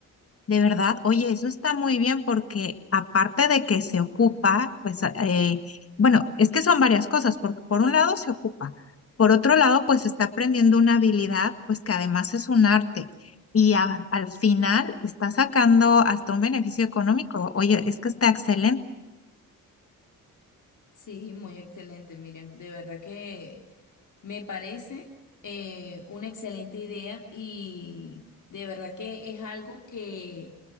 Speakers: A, on the left (about 40°); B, on the left (about 60°).
A: De verdad, oye, eso está muy bien porque aparte de que se ocupa, pues a- eh, bueno, es que son varias cosas, porque por un lado se ocupa, por otro lado pues está aprendiendo una habilidad, pues que además es un arte y a- al final está sacando hasta un beneficio económico. Oye, es que está excelente.
B: Sí, muy excelente, Miriam. De verdad que Me parece eh, una excelente idea y de verdad que es algo que